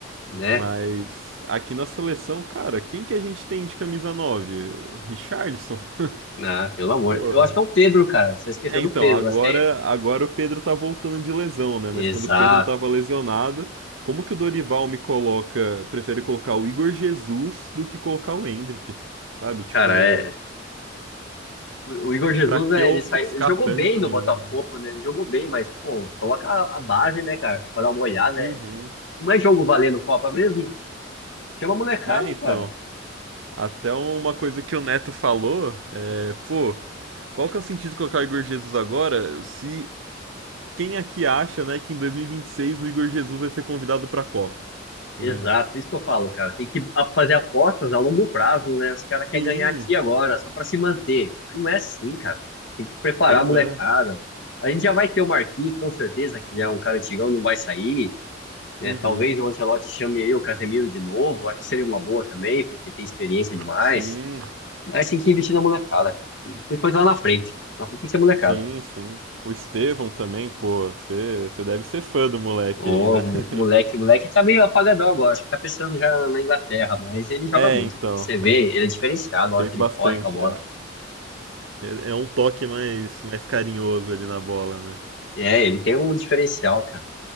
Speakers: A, on the left; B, on the right.
A: né?
B: Mas aqui na seleção, cara, quem que a gente tem de camisa 9? O Richarlison? <laughs>
A: Ah, pelo amor.
B: Pô.
A: Eu acho que é o Pedro, cara. Você esqueceu
B: É,
A: do
B: então,
A: Pedro,
B: agora,
A: acho que é ele.
B: agora o Pedro tá voltando de lesão, né? Mas
A: Exato.
B: quando o Pedro tava lesionado, como que o Dorival me coloca, prefere colocar o Igor Jesus do que colocar o Hendrick? Sabe? Tipo,
A: Cara, é. O o Igor Jesus,
B: pra que
A: né,
B: ofuscar
A: ele saiu, ele jogou
B: tanto,
A: bem no
B: menino?
A: Botafogo,
B: né?
A: né? Ele jogou bem, mas, pô, coloca a a base, né, cara? Pra dar uma olhada.
B: Uhum.
A: é- Não é jogo valendo Copa mesmo? Chama a molecada,
B: É, então.
A: cara.
B: Até uma coisa que o Neto falou, é, pô, qual que é o sentido de colocar o Igor Jesus agora se quem aqui acha, né, que em 2026 o Igor Jesus vai ser convidado para a Copa, né?
A: Exato, isso que eu falo, cara. Tem que a- fazer apostas a longo prazo, né? Os caras querem
B: Sim,
A: ganhar aqui e agora, só pra se manter. Não é assim, cara. Tem que preparar
B: pois
A: a molecada.
B: é.
A: A gente já vai ter o Marquinhos, com certeza, que já é um cara antigão, não vai sair, né?
B: Uhum.
A: Talvez o Ancelotti chame aí o Casemiro de novo. Acho que seria uma boa também, porque tem experiência demais.
B: Sim,
A: Mas tem que investir na molecada, cara. Principalmente lá na frente. Na frente tem que ser molecada.
B: sim, sim. O Estevão também, pô, você deve ser fã do moleque
A: Ô,
B: aí, né?
A: mo-
B: <laughs>
A: moleque, moleque tá meio apagadão agora, acho que tá pensando já na Inglaterra, mas ele joga
B: é,
A: muito,
B: então,
A: cara. Você vê, ele é diferenciado na hora
B: fez
A: que ele
B: bastante
A: corre com a bola.
B: já. É, é um toque mais, mais carinhoso ali na bola, né?
A: É, ele tem um diferencial, cara.